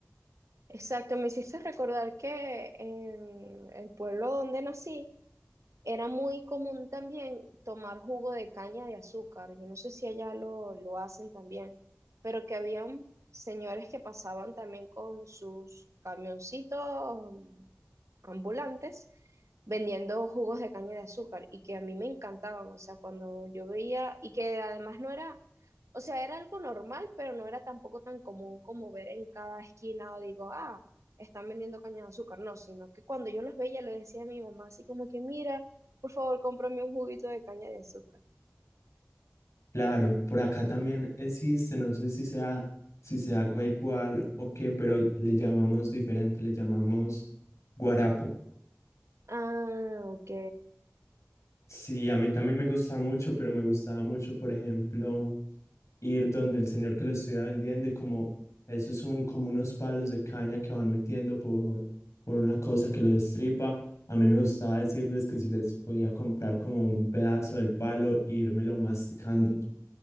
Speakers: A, on the right (about 85°); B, on the left (about 80°).
A: Exacto, me hiciste recordar que en el pueblo donde nací, Era muy común también tomar jugo de caña de azúcar. Yo no sé si allá lo, lo hacen también, pero que habían señores que pasaban también con sus camioncitos mm, ambulantes vendiendo jugos de caña de azúcar y que a mí me encantaban, o sea, cuando yo veía y que además no era, o sea, era algo normal, pero no era tampoco tan común como ver en cada esquina o digo, ah, están vendiendo caña de azúcar, no, sino que cuando yo los veía le decía a mi mamá así como que, mira, por favor, cómprame un juguito de caña de azúcar.
B: Claro, por acá también existe, no sé si sea, si se haga igual o qué, pero le llamamos diferente, le llamamos guarapo.
A: Ah, ok.
B: Sí, a mí también me gusta mucho, pero me gustaba mucho, por ejemplo, ir donde el señor que lo estuviera vendiendo y como esos son como unos palos de caña que van metiendo por, por una cosa que los destripa. A mí me gustaba decirles que si les podía comprar como un pedazo del palo e írmelo masticando.